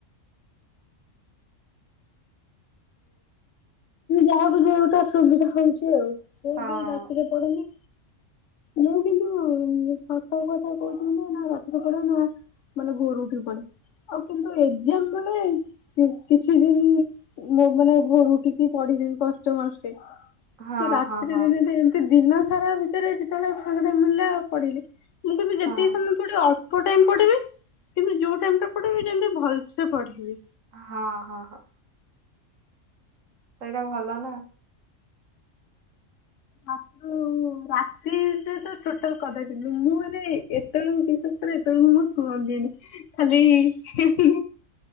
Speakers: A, on the left (about 70°); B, on the right (about 85°).
A: ଯାହାକୁ ଯଉଟା ସୁବିଧା ହଉଛି ଆଉ। ସେ
B: ହଁ
A: ବି ରାତିରେ ପଡୁନି। ମୁଁ କିନ୍ତୁ-ଉ-ଉ-ଉ ସତ କଥା କହୁଚି ମୁଁ ନା ରାତିରେ ପଢ଼େ ନା ମାନେ ଭୋରୁ ଉଠିକି ପଡେ ଆଉ କିନ୍ତୁ ଏକ୍ଜାମ ବେଳେ କିଛି ଦିନ ମୋ ମାନେ ଭୋରୁ ଉଠିକି ପଡିିଦେମି କଷ୍ଟେ ମଷ୍ଟେ
B: ହଁ
A: ତ ରାତ୍ରି
B: ହଁ ହଁ
A: ଦିନ ତ ଏମିତି ଦିନ ସାରା ଭିତରେ ଯେତେବେଳେ ସାଙ୍ଗଟେ ମିଳିଲେ ଆଉ ପଡିଲି। ମୁଁ କିନ୍ତୁ ଯେତିକି
B: ହଁ
A: ସମୟ ପଡିବି ଅ ଟାଇମ ପଢିବି କିନ୍ତୁ ଯୋଉ ଟାଇମଟା ପଢ଼ିବି ଯେମିତ ଭଲସେ ପଢିବି।
B: ହଁ ହଁ ହଁ। ସେଇଟା ଭଲ ନା।
A: ଶାଶୁ ରାତି ସେତ ଛୋଟରୁ କରିଦେଇଛନ୍ତି, ମୁଁ ମାନେ ଏତେବେଳେ କିନ୍ତୁ ଏତେବେଳୁ <unintelligible> ହ, ଦିନ ଖାଲି ହିଁ ହିଁ